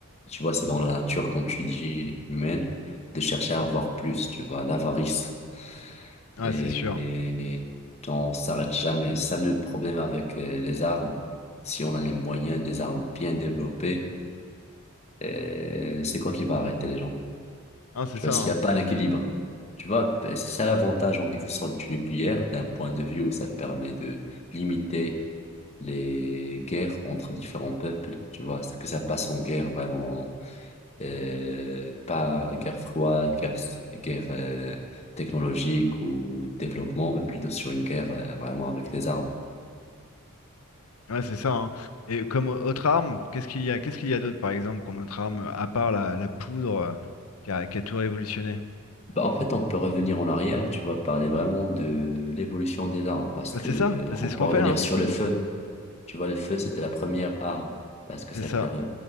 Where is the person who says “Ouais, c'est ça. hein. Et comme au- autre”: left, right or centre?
Left